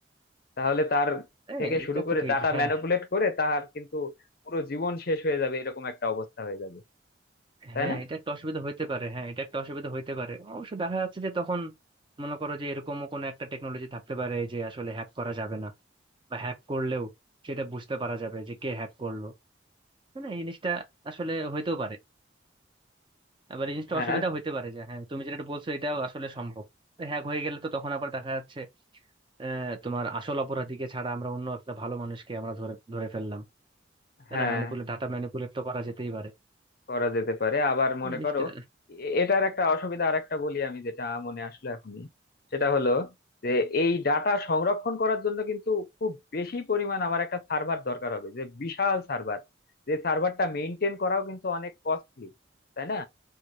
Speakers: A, on the left (about 55°); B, on the right (about 25°).
A: তাহলে তার
B: হ্যাঁ
A: থেকে
B: এটা
A: শুরু করে
B: তো ঠিক
A: ডাটা
B: হ্যাঁ
A: ম্যানিপুলেট করে তার কিন্তু পুরো জীবন শেষ হয়ে যাবে এরকম একটা অবস্থা হয়ে যাবে তাই
B: হ্যাঁ
A: না
B: এটা একটা অসুবিধা হইতে পারে হ্যাঁ এটা একটা অসুবিধা হইতে পারে অবশ্য দেখা যাচ্ছে যে তখন মনে করো যে এরকমও কোনো একটা টেকনোলজি থাকতে পারে যে আসলে হ্যাক করা যাবে না বা হ্যাক করলেও সেটা বুঝতে পারা যাবে যে কে হ্যাক করলো মানে এই জিনিসটা আসলে হইতেও পারে আবার এই জিনিসটা
A: হ্যাঁ
B: অসুবিধা হইতে পারে যে হ্যাঁ তুমি যেটা বলছো এটাও আসলে সম্ভব হ্যাক হয়ে গেলে তো তখন আবার দেখা যাচ্ছে আহ, তোমার আসল অপরাধীকে ছাড়া আমরা অন্য একটা ভালো মানুষকে আমরা ধরে ধরে ফেললাম তাই
A: হ্যাঁ
B: না ম্যানিপুলেট ডাটা ম্যানিপুলেট তো করা যেতেই পারে
A: করা যেতে পারে আবার মনে
B: এই জিনিসটা
A: করো এ- এটার একটা অসুবিধা আর একটা বলি আমি যেটা মনে আসলো এখনই সেটা হলো যে এই ডাটা সংরক্ষণ করার জন্য কিন্তু খুব বেশি পরিমাণ আমার একটা সার্ভার দরকার হবে যে বিশাল সার্ভার যে সার্ভারটা মেইনটেইন করাও কিন্তু অনেক কস্টলি তাই না